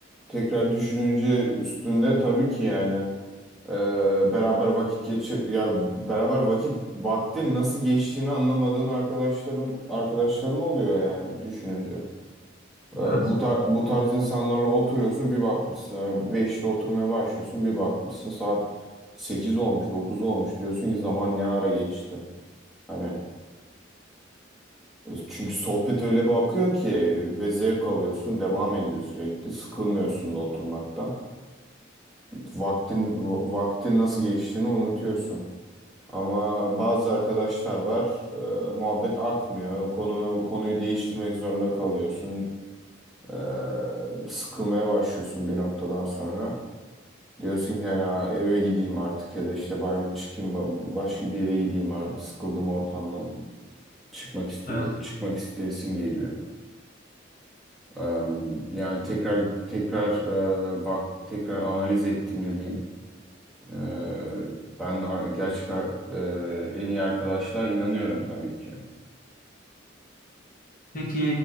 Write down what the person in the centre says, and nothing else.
tekrar düşününce üstünde tabii ki yani. Ee, beraber vakit geçir ya beraber vakit vaktin nasıl geçtiğini anlamadığın arkadaşlarım arkadaşların oluyor yani düşününce. Ee, bu
tar bu tarz insanlarla oturuyorsun bir bakmışsın. Yani 5'te oturmaya başlıyorsun bir bakmışsın saat 8 olmuş 9 olmuş diyorsun ki zaman ne ara geçti. Hani çünkü sohbet öyle bir akıyor ki ve zevk alıyorsun devam ediyor sürekli sıkılmıyorsun da oturmaktan. Vaktin va- vaktin nasıl geçtiğini unutuyorsun. Ama bazı arkadaşlar var, e, muhabbet akmıyor. Konu konuyu değiştirmek zorunda kalıyorsun. E, sıkılmaya başlıyorsun bir noktadan sonra. Diyorsun ki hani "Aa, eve gideyim artık ya da işte bari bir çıkayım ba- başka bir yere gideyim ha. Sıkıldım ortamdan. Çıkmak istiyor,
çıkmak isteyesin geliyor. E, yani tekrar tekrar e, bak tekrar analiz ettiğimde diyeyim. e, ben ar- gerçek ar- e, en iyi arkadaşlığa inanıyorum tabii ki.